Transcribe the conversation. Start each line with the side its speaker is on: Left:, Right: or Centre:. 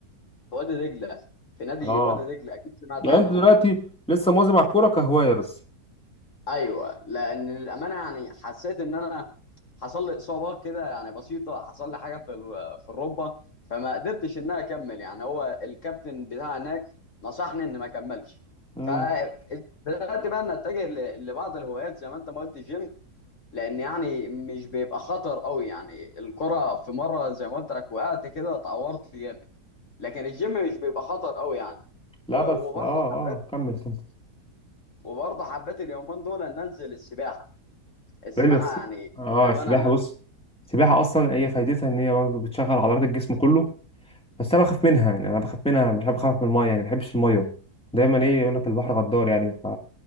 Left: في وادي دجلة في نادي
Centre: اه
Left: وادي دجلة أكيد سمعت
Centre: يعني
Left: عنه
Centre: انت دلوقتي لسه مواظب على الكوره كهوايه بس
Left: أيوه لأن للأمانة يعني حسيت إن أنا حصل لي إصابات كده يعني بسيطة حصل لي حاجة في ال- في الركبة فما قدرتش إن أنا أكمل يعني هو الكابتن بتاع هناك نصحني إن ما أكملش
Centre: امم
Left: فبدأت بقى إن أتجه ل- لبعض الهوايات زي ما أنت ما قلت الجيم لان يعني مش بيبقى خطر قوي يعني الكرة في مرة زي ما قلت لك وقعت كده اتعورت جامد لكن الجيم مش بيبقى خطر قوي يعني
Centre: لا
Left: و-
Centre: بس
Left: وبرضه
Centre: اه اه
Left: حبيت
Centre: كمل كمل
Left: وبرضه حبيت اليومين دول ان انزل السباحة السباحة
Centre: حلو بس
Left: يعني
Centre: اه
Left: للأمانة
Centre: السباحه بص السباحه اصلا هي فايدتها ان هي برضه بتشغل عضلات الجسم كله بس انا بخاف منها يعني انا بخاف منها مش بحب اخاف من الميه يعني ما بحبش الميه دايما ايه يقول لك البحر غدار يعني ف